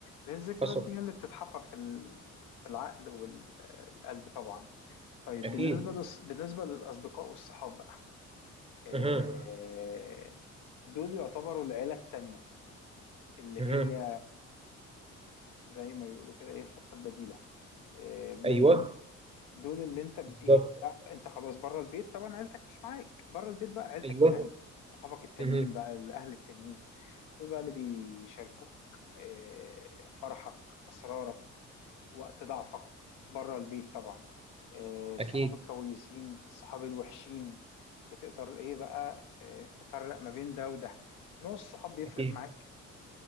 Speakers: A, on the left; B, on the right.
A: لأن الذكريات
B: حصل
A: دي هي اللي بتتحفر في ال- في العقل والقلب طبعا طيب
B: اكيد
A: بالنسبة للص- بالنسبة للأصدقاء والصحاب بقى آه،
B: اها
A: دول يعتبروا العيلة التانية اللي
B: اها
A: هي زي ما بيقولوا كده ايه الخطة البديلة آه، بلان
B: ايوه
A: بي دول اللي انت بايه
B: بالظبط
A: بقى انت خلاص بره البيت طبعا عيلتك مش معاك بره البيت بقى عيلتك
B: ايوه
A: التانية صحابك التانيين
B: اها
A: بقى الاهل التانيين دول بقى اللي بيشاركوك آه، فرحك اسرارك وقت ضعفك بره البيت طبعا آه، الصحاب
B: اكيد
A: الكويسين الصحاب الوحشين بتقدر ايه بقى آه، تفرق ما بين ده وده نوع الصحاب بيفرق
B: اكيد
A: معاك